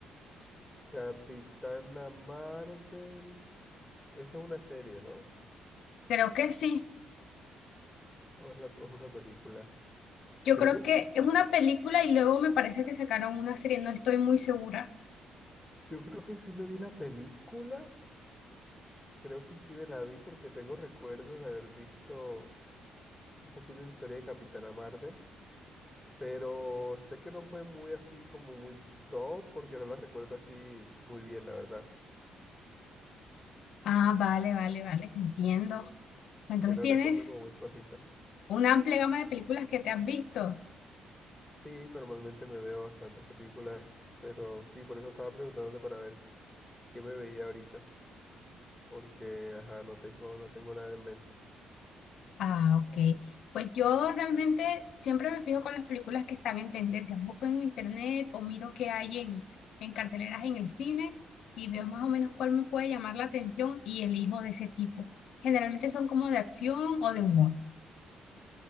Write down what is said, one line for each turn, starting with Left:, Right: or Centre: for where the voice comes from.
Centre: Capitana Marvel, eso es una serie, ¿no?
Left: Creo que sí.
Centre: ¿O es, la- o es una película?
Left: Yo
Centre: Creo
Left: creo
Centre: que
Left: que
Centre: sí.
Left: es una película y luego me parece que sacaron una serie, no estoy muy segura.
Centre: Yo creo que sí me vi la película. Creo que sí me la vi porque tengo recuerdos de haber visto un poquito de la historia de Capitana Marvel, pero sé que no fue muy así como muy top porque no la recuerdo así muy bien, la verdad.
Left: Ah, vale, vale, vale, entiendo. Entonces
Centre: Sí la
Left: tienes
Centre: recuerdo como muy flojita.
Left: una amplia gama de películas que te has visto.
Centre: Sí, normalmente me veo bastantes películas, pero sí, por eso estaba preguntándote para ver qué me veía ahorita, porque ajá, no tengo, no tengo nada en mente.
Left: Ah, ok. Pues yo realmente siempre me fijo con las películas que están en tendencia. Busco en internet o miro qué hay en, en carteleras en el cine y veo más o menos cuál me puede llamar la atención y elijo de ese tipo. Generalmente son como de acción o de humor,